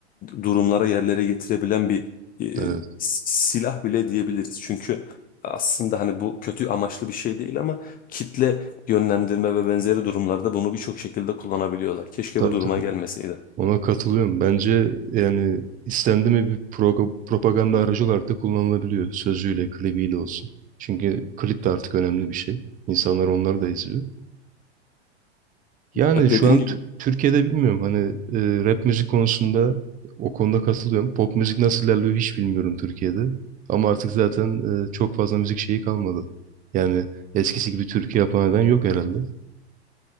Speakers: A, on the left; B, on the right.
A: durumlara yerlere getirebilen bir e,
B: evet
A: s- silah bile diyebiliriz. Çünkü aslında hani bu kötü amaçlı bir şey değil ama kitle yönlendirme ve benzeri durumlarda bunu birçok şekilde kullanabiliyorlar. Keşke
B: tabii
A: bu duruma
B: tabii.
A: gelmeseydi.
B: Ona katılıyorum. Bence yani istendi mi bir proga- propaganda aracı olarak da kullanılabiliyor. Sözüyle, klibiyle olsun. Çünkü klip de artık önemli bir şey. İnsanlar onları da izliyor. Yani
A: Bak
B: şu
A: dediğim
B: an
A: gibi
B: Tü- Türkiye'de bilmiyorum. Hani e, rap müzik konusunda o konuda katılıyorum. Pop müzik nasıl ilerliyor hiç bilmiyorum Türkiye'de. Ama artık zaten e, çok fazla müzik şeyi kalmadı. Yani eskisi gibi türkü yapan eden yok herhalde.